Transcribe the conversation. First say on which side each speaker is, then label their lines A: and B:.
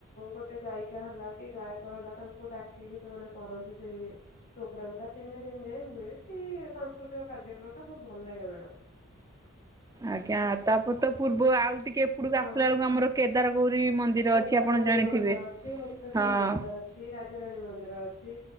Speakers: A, on the left (about 40°); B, on the right (about 15°).
A: ଗୋଟେ ଗାଈ ଶିକା ହେଲା କି ଗାୟକ ହେଲା ତାଙ୍କୁ ଡାକେଇିକି ସେମାନେ କରନ୍ତି ସେଇ ପ୍ରୋଗ୍ରାମ ଟା ତିନି ଦିନ ଯାଏଁ ହୁଏ ସେଇ ସାଂସ୍କୃତିକ କାର୍ଯ୍ୟକ୍ରମ ଟା ବହୁତ ଭଲ ଲାଗେ ମ୍ୟାଡ଼ାମ।
B: ଆଜ୍ଞା ତାପରେ ତ ପୂର୍ବ ଆଉ ଟିକେ ଏପଟକୁ ଆସିଲା
A: ଅ
B: ବେଳକୁ ଆମର କେଦାର ଗୌରୀ ମନ୍ଦିର।
A: କେଦାର
B: ଅଛି ଆପଣ
A: ଗୌରୀ
B: ଜାଣିଥିବେ।
A: ମନ୍ଦିର ଅଛି ମୁକ୍ତେଶ୍ଵର
B: ହଁ
A: ମନ୍ଦିର ଅଛି ରାଜାରାଣୀ ମନ୍ଦିର ଅଛି।